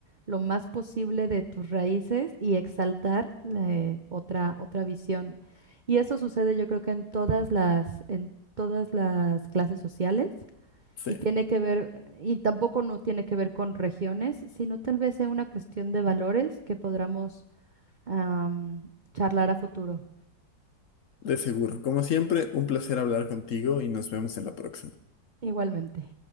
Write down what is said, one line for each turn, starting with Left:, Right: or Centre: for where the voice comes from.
Right: lo más posible de tus raíces y exaltar la, eh, otra, otra visión. Y eso sucede yo creo que en todas las, en todas las clases sociales
Left: sí.
Right: y tiene que ver, y tampoco no tiene que ver con regiones, sino tal vez sea una cuestión de valores que podamos am, charlar a futuro
Left: De seguro. Como siempre, un placer hablar contigo y nos vemos en la próxima.
Right: igualmente.